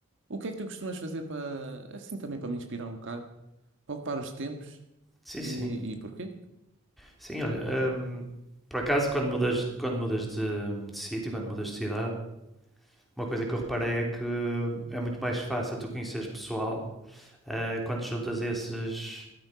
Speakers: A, on the right (about 60°); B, in the centre.
A: o que é que tu costumas fazer para, assim também para me inspirar um bocado, para ocupar os tempos
B: Sim,
A: e,
B: sim.
A: e porquê?
B: Sim, olha, hum, por acaso, quando mudas, quando mudas de, de sítio, quando mudas de cidade, uma coisa que eu reparei é que é muito mais fácil tu conheceres pessoal eh, quando te juntas a esses,